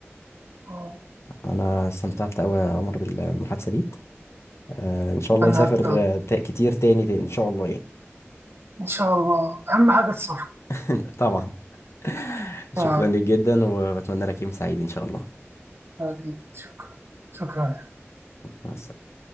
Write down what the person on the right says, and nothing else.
آه،
وأنا
أكتر
إن شاء الله أهم حاجة السفر
آه،
شكرا ليك شكرا شكرا